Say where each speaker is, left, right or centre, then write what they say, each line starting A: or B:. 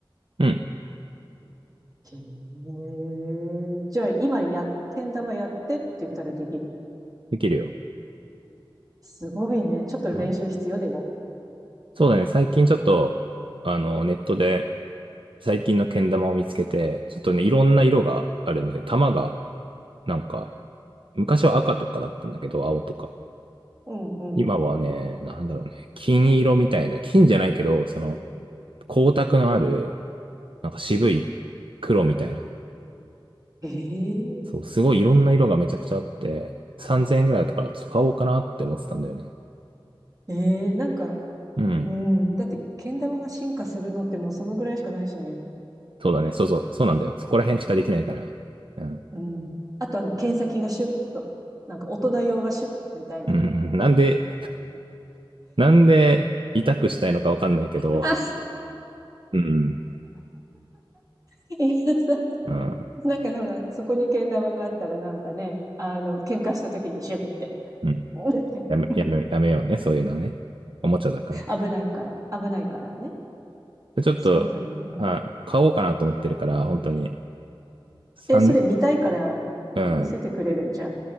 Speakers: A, on the right; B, on the right.
A: うん。
B: へーじゃあ今や、けん玉やってって言ったらできる。
A: できるよ。
B: すごいね。ちょっと練習必要でも。
A: うん。そうだね。最近ちょっと、あの、ネットで、最近のけん玉を見つけて、ちょっとね、いろんな色があるんで、玉が、なんか、昔は赤とかだったんだけど、青とか。
B: うんうん。
A: 今はね、なんだろうね、金色みたいな、金じゃないけど、その、光沢のある、なんか渋い黒みたいな。
B: えー
A: そう、すごいいろんな色がめちゃくちゃあって、3000円ぐらいだったから、ちょっと買おうかなって思ってたんだよね。
B: えーなんか、
A: うん。
B: うん。だって、けん玉が進化するのってもうそのぐらいしかないしね。
A: そうだね、そうそう、そうなんだよ。そこら辺しかできないから。うん。
B: うん。あとあの、剣先がシュッと。なんか大人用はシュッみたいな。
A: うん。なんで、なんで、痛くしたいのかわかんないけど、
B: <laughs> あ、
A: <laughs> うん。
B: いやさ、
A: うん
B: なんかほら、そこにけん玉があったらなんかね、あの、喧嘩した時にシュッって。
A: うん
B: <laughs>
A: やめ、やめ、やめようね、そういうのはね。おもちゃだから。
B: 危ないから、危ないからね。
A: でちょっと、
B: そうだね。
A: はい、買おうかなと思ってるから、本当に、三、
B: え、それ見たいから見せてくれるじゃあ。
A: うん、